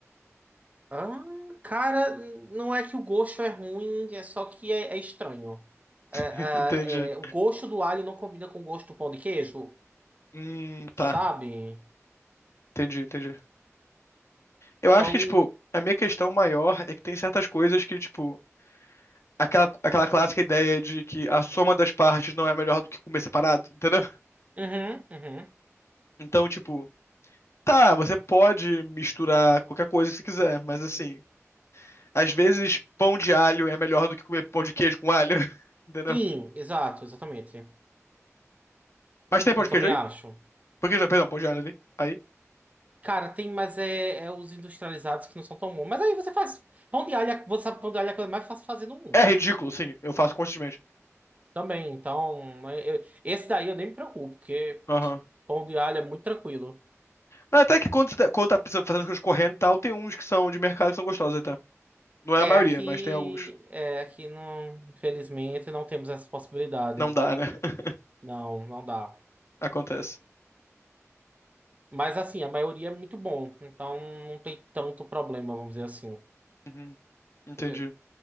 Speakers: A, on the right; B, on the left.
A: Ah, cara, não é que o gosto é ruim, é só que é, é estranho. É,
B: <laughs>
A: é,
B: Entendi.
A: é, o gosto do alho não combina com o gosto do pão de queijo,
B: Hum,
A: sabe?
B: tá. Entendi, entendi. Eu acho
A: Então,
B: que, tipo, a minha questão maior é que tem certas coisas que, tipo, aquela, aquela clássica ideia de que a soma das partes não é melhor do que comer separado, entendeu?
A: uhum, uhum.
B: Então, tipo, tá, você pode misturar qualquer coisa que você quiser, mas assim, às vezes pão de alho é melhor do que comer pão de queijo com alho, <laughs> entendeu?
A: Sim, exato, exatamente.
B: Mas tem pão
A: Eu
B: de
A: também
B: queijo aí?
A: acho.
B: Pão de queijo, não, perdão, pão de alho ali. Aí.
A: Cara, tem, mas é, é os industrializados que não são tão bons. Mas aí você faz pão de alho, você sabe que pão de alho é a coisa mais fácil de fazer no mundo.
B: É ridículo, sim, eu faço constantemente.
A: Também, então, né, eu- esse daí eu nem me preocupo, porque
B: Aham.
A: Pão de alho é muito tranquilo.
B: Mas até que quando, você tá- quando tá fazendo coisas correndo e tal, tem uns que são de mercado que são gostosos até. Não é
A: É,
B: a maioria,
A: aqui,
B: mas tem alguns.
A: é, aqui não, infelizmente não temos essa possibilidade.
B: Não dá, né? <laughs>
A: Não, não dá.
B: Acontece.
A: Mas assim, a maioria é muito bom, então não tem tanto problema, vamos dizer assim.
B: Uhum, entendi.
A: Quer dizer,